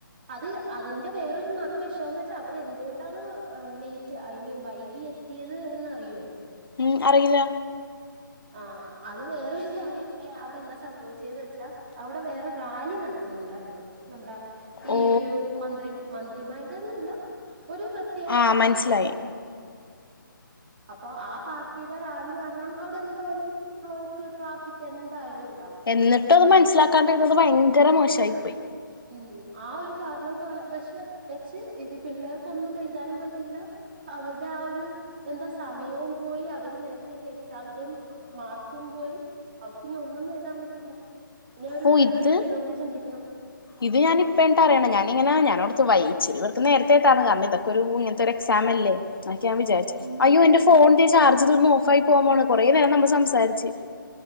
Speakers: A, on the right (about 30°); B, on the left (about 90°).
A: ത് അതിന്റെ വേറൊരു മറുവഷം ന്ന് വെച്ചാൽ അവര്ന്തുകൊണ്ടാണ് അ ലേറ്റ് ഐ മീൻ വൈകി ത്തിയത് എന്നറിയോ?
B: ഉം അറിയില്ല.
A: ആ അത് വേറൊരു കാര്യം അവിടെ എന്താ സംഭവിച്ചത് ന്ന് വെച്ചാ അവിടെ വേറെ റാലി നടക്കുന്നു. ഒണ്ടാരുന്നു നമ്മുടെ ഈ
B: ഓ
A: ഒരു മന്ത്രി മന്ത്രിമാരുടെന്നല്ല- ഒരു പ്രത്യേക
B: ആഹ്
A: പാർട്ടിയുടെ
B: മനസ്സിലായി
A: അപ്പൊ ആ പാർട്ടിയുടെ റാലി കാരണം അവിടെ എന്തായാലും ബ്ലോക്ക് ട്രാഫിക് എന്തായാലും ഉണ്ട്.
B: എന്നിട്ടും അത് മനസ്സിലാക്കാണ്ടിരുന്നത് ഭയങ്കര മോശമായി പോയി.
A: ഉം ആ ഒരു കാരണം പക്ഷെ വെച്ച് ഇത് പിള്ളേർക്കൊന്നും എഴുതാനും പറ്റിയില്ല. അവരുടെ ആ ഒരു എന്താ സമയവും പോയി അവര് നേരത്തെ എക്സാമിന്റെയും മാർക്കും- പോയി അവർക്ക് ഇനി ഒന്നും നേടാൻ പറ്റില്ല ഇനി അവര്
B: ഓ
A: വേറെ
B: ഇത്
A: ഇതിലോട്ട് ചിന്തിക്കണം.
B: ഇത് ഞാനിപ്പ ട്ടോ അറിയണെ ഞാനിങ്ങനെ ഞാന അടുത്ത് വച്ച ഇവിടു നേരത്തെത്താണ് കാരണം ഇതൊക്കെ ഇങ്ങത്തെരു എക്സാാം- ല്ലെ ആ ഞാൻ വിചാരിച്ചു
A: ഉം.
B: അയ്യോ എന്റെ ഫോൺ ചാർജ് തീർന്ന് ഓഫായി പോകാന് കുറെേ നേരം നമ്മള് സംസാരിച്ച്-